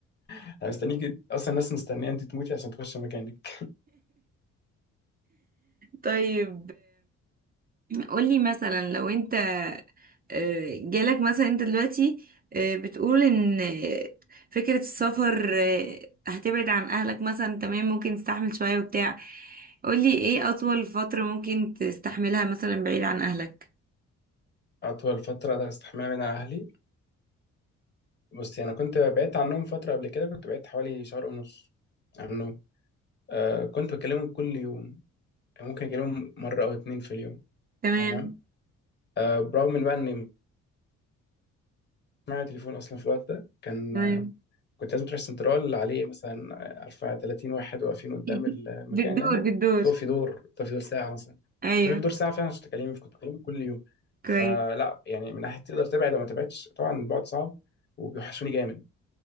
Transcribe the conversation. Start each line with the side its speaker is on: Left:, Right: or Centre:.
Left: انا مستنيك اصلا الناس مستنية انت تموتي عشان تخش مكانك
Right: طيب قولي مثلا لو انت آه، جالك مثلا انت دلوقتي آه، بتقول ان آه، فكرة السفر آه، هتبعد عن اهلك مثلا تمام ممكن تستحمل شوية وبتاع قولي ايه اطول فترة ممكن تستحملها مثلا بعيد عن اهلك
Left: اطول فترة درست حماية من اهلي بصي انا كنت بعدت عنهم فترة قبل كده كنت بعدت حوالي شهر ونص عنهم آه كنت بكلمهم كل يوم يعني ممكن اكلمهم مرة او اتنين في اليوم
Right: تمام
Left: تمام آه، برغم من بقى ان معايا تليفون اصلا في الوقت ده كان
Right: تمام
Left: كنت لازم تروح سنترال عليه مثلا عارفه 30 واحد واقفين قدام
Right: <laughs>
Left: المكان
Right: بالدور
Left: يعني
Right: بالدور
Left: فهو في دور طب في دور ساعه مثلا
Right: ايوه
Left: طب في دور ساعه فعلا عشان تكلمني كنت بكلمك كل يوم
Right: كويس
Left: فلا يعني من ناحيه تقدر تبعد او ما تبعدش طبعا البعد صعب وبيوحشوني جامد